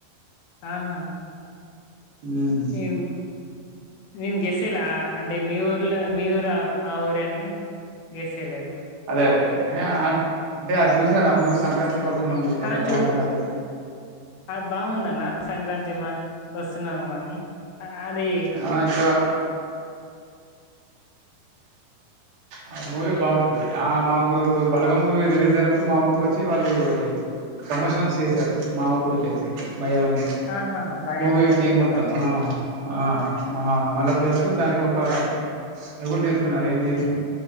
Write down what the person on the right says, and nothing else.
ఉమ్
అదే అదే అంటే ఏ అది చూసారా ఆ మూవీస్ సంక్రాంతికి వస్ స్తున్నాం ఎలా
ఎలా ఉంది అది
ఆ ఇప్పుడు ఆ మూవీ బాగుంటది ఆ మాకు ఇప్పుడు బలగం మూవీ రిలీజ్ అయినప్పుడు మా ఊరికొచ్చి వాళ్ళు ప్రమోషన్స్ చేసారు మా ఊరికోచ్చేసి బయ్యారం
మూవీ
టీమ్
మొత్తం ఆ ఆ ఆ మళ్ళా ప్లేస్సు దానికి ఒక అదిగూడ తీసుకున్నారు ఏంది